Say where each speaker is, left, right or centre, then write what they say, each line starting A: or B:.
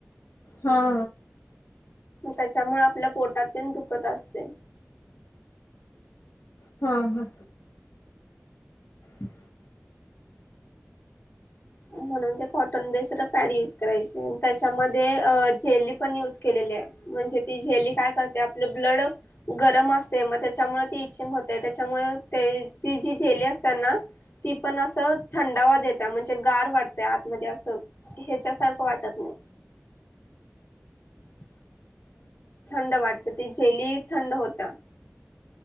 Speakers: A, on the left; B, on the left.
A: हा.
B: त्याच्यामुळे आपल्या पोटात तेन दुखत असते.
A: हा, हा. <inaudible>
B: म्हणून ते कॉटन बेस्ड पॅड युज करायचे त्याच्यामध्ये जेली पण युज केलेली ल्या म्हणजे ती जेली काय करतीया आपलं ब्लड गरम असते मग त्याच्यामुळे ते इचिंग होतय. त्याच्यामुळ ते ती जी जेली असत्याना ती पण अस थंडावा देत्या म्हणजे गार वाटतय आतमध्ये असं ह्याच्यासारखं वाटत नाही. <inaudible> <inaudible> थंड वाटते ती जेली थंड होत्या.